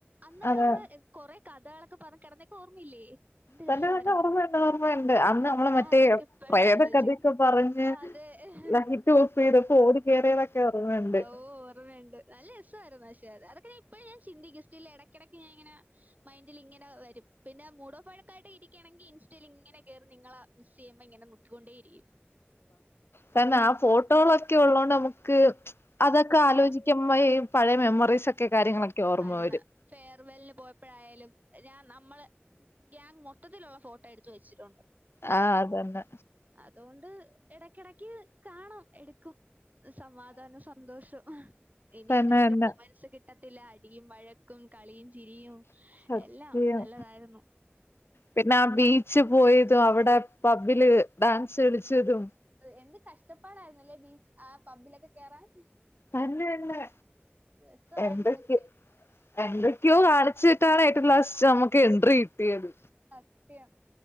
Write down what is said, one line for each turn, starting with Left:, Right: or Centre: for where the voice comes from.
Right: അന്നൊക്കെ
Left: അതെ
Right: അമ്മള് കൊറെ കഥകളൊക്കെ പറഞ്ഞ് കെടന്നൊക്കെ ഓർമ്മയില്ലേ? എന്ത്
Left: തന്നെ
Right: രസമായിരുന്നു
Left: തന്നെ ഓർമ്മയുണ്ട് ഓർമ്മയുണ്ട് അന്ന് മ്മളെ
Right: ഞാൻ
Left: മറ്റേ
Right: അതൊക്കെ ഇപ്പഴും
Left: പ്രേത
Right: ആലോചിക്കും
Left: കഥയൊക്കെ പറഞ്ഞ്
Right: അതെ
Left: ലൈറ്റ് ഓഫ് ചെയ്തപ്പോ ഓടി കേയറിയതൊക്കെ ഓർമണ്ട്
Right: ഓ ഓർമ്മയുണ്ട്. നല്ല രസവായിരുന്നു പക്ഷേ അത് അതൊക്കെ നീ ഇപ്പഴ് ങ്ങനെ ചിന്തിക്കും സ്റ്റിൽ എടക്കെടയ്ക്കിങ്ങനെങ്ങനെ മൈൻഡിൽ ഇങ്ങനെ വരും പിന്നെ മൂഡോഫാഴിക്കായിട്ട് ഇരിക്കണെങ്കി ഇൻസ് ഇൻസ്റ്റേല് ഇങ്ങനെ കേറി നിങ്ങളെ മിസ്സ് ചെയ്യുമ്പോ ഇങ്ങനെ നോക്കിക്കൊണ്ടേ ഇരിക്കും
Left: കാരണം ആ ഫോട്ടോകളൊക്കെ ഒള്ളതോണ്ട് നമുക്ക് അതൊക്കെ
Right: ആഹ്
Left: ആലോചിക്കു ഉമ്മയേയും പഴേ മെമ്മറീസൊക്കെ കാര്യങ്ങളൊക്കെ ഓർമ്മ
Right: വരണ്ട
Left: വരും
Right: രഫെയർവെല്ലിന് പോയപ്പോഴായാലും രാ നമ്മള് ഗ്യങ് മൊത്തത്തിലുള്ള ഫോട് എടുത്ത് വെച്ചിട്ടൊണ്ട്
Left: ആ അതെന്നെ
Right: അതുകൊണ്ട് എടക്കെടക്ക് കാണും എടുക്കും സമാധാനം സ സന്തോഷം ഇനി
Left: തന്നെ
Right: അങ്ങനെ
Left: തന്നെ
Right: ഒരു കുമൻസ് കിട്ടത്തില്ല അടിയും വഴക് ക്കും കളിയും ചിരിയും
Left: സത്യം
Right: എല്ലാം നല്ലതായിരുന്നു
Left: പിന്നെ ആ ബീച്ച് പോയതും അവടെ പബ്ബില് ഡാൻസ് കളിച്ചതും
Right: എന്ത് കഷ്ടപ്പാടയിരുന്നല്ലേ ബീച് ആ പബ്ബിലൊക്കെ കേറാൻ
Left: തന്നെ തന്നെ
Right: രസവായിരുന്ന
Left: എന്തൊക്കെ
Right: <unintelligible>
Left: എന്തൊക്കെയോ കാണിച്ചിട്ടാണ് ഏറ്റം ലാസ്റ്റ് നമ്മുക്ക് എൻട്രി കിട്ടിയത്.
Right: സത്യം